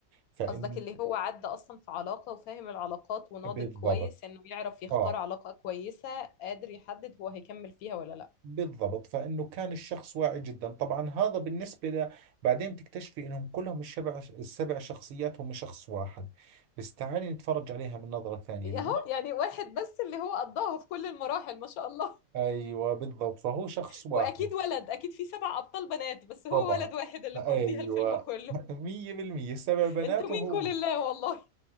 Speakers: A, on the right; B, on the left.
A: فإن
B: قصدك اللي هو عدى أصلا في علاقة وفاهم العلاقات وناضج
A: بالضبط
B: كويس إنه يعرف يختار
A: آه
B: علاقة كويسة قادر يحدد هو هيكمل فيها ولا لأ
A: بالضبط فإنه كان الشخص واعي جدا طبعا هذا بالنسبة ل... بعدين تكتشفي إنهم كلهم الشبع السبع شخصيات هم شخص واحد بس تعالي نتفرج عليها من نظرة ثانية
B: أهو
A: الو...
B: يعني واحد بس اللي هو قضاها في كل المراحل ما شاء الله
A: أيوة بالضبط فهو شخص واحد
B: وأكيد ولد أكيد في سبع أبطال بنات بس هو
A: طبعا
B: ولد واحد اللي
A: أيوة
B: مقضيها الفيلم كله
A: مية بالمية سبع بنات
B: انتوا مين
A: وهو
B: كل الله والله